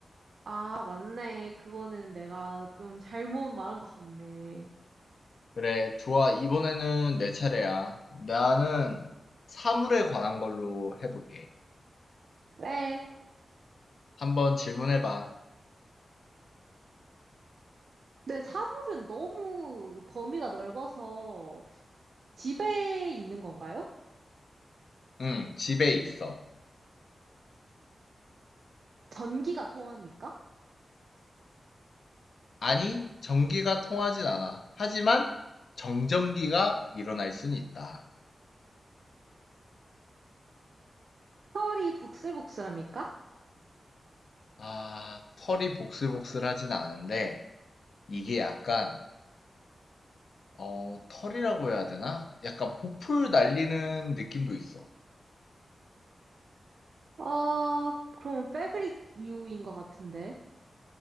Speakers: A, on the right; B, on the left.
A: 아, 맞네. 그거는 내가 좀 잘못 말한 것 같네.
B: 그래, 좋아. 이번에는 내 차례야. 나는 사물에 관한 걸로 해볼게.
A: 그래.
B: 한번 질문해 봐.
A: 근데 사물은 너무 범위가 넓어서 집에 있는 건가요?
B: 응, 집에 있어.
A: 전기가 통합니까?
B: 아니, 전기가 통하진 않아. 하지만 정전기가 일어날 순 있다.
A: 털이 북슬북슬합니까?
B: 아, 털이 복슬복슬하진 않은데 이게 약간 어, 털이라고 해야 되나? 약간 보풀 날리는 느낌도 있어.
A: 어, 그럼 패브릭 유인 것 같은데.